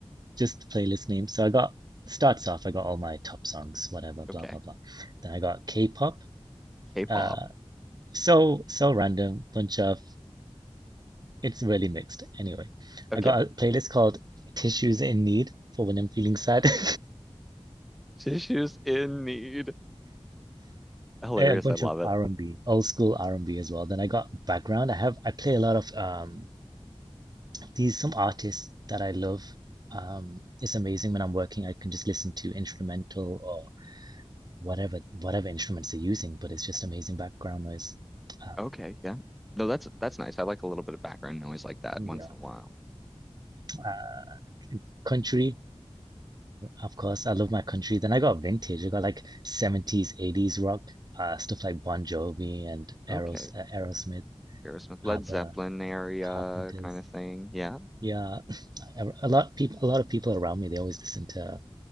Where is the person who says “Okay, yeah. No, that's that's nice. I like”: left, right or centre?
Centre